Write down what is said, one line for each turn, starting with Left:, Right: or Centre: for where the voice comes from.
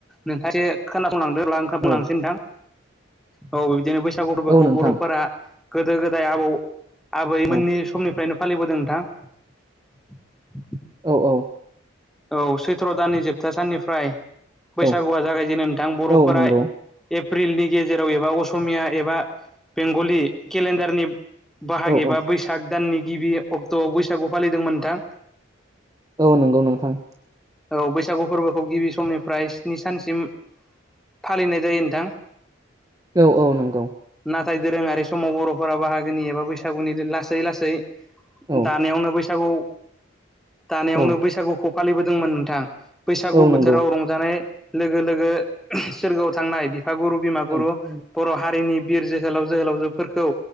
Centre: नोंथां खोनासंलांदब्ला ओ बुंलांसै
Right: औ
Centre: नोंथां। औ बिदिनो बै फिसा गबोखौ
Right: औ नोंथां
Centre: बर'फोरा गोदो गोदाय आबौ आबैमोननि
Right: औ
Centre: समनिफ्रायनो फालिबोदों। <unintelligible>
Right: औ औ
Centre: औ सैथ्र' दाननि जोबथा साननिफ्राय बैसागुआ
Right: औ
Centre: जागायजेनो नोंथां बर'फोरा
Right: औ नंगौ
Centre: एफ एप्रिलनि गेजेराव एबा असमिया एबा बेंगलि केलेन्डारनि बाहाग
Right: औ औ
Centre: एबा बैसाग दाननि गिबि अक्ट'आव बैसागु फालिदोंमो नोंथां।
Right: औ नंगौ नोंथां।
Centre: औ बैसागु फोरबोखौ गिबि समनिफ्राय स्नि सानसिम। फालिनाय जायो नोंथां।
Right: औ औ नंगौ।
Centre: नाथाय दोरोङारि समाव बर'फोरा बाहागोनि एबा बैसागुनि लासै लासै
Right: औ
Centre: दानायावनो बैसागु दानायावनो
Right: औ
Centre: बैसागु फालिबोदोंमोन नोंथां बैसागु
Right: औ
Centre: बोथोराव
Right: नंगौ
Centre: रंजानाय लोगो लोगो सोरगोआव थांनाय बिफागुरु बिमा गुरु
Right: ओं
Centre: बर' हारिनि बिर जोहोलाव जोहोलावजोफोरखौ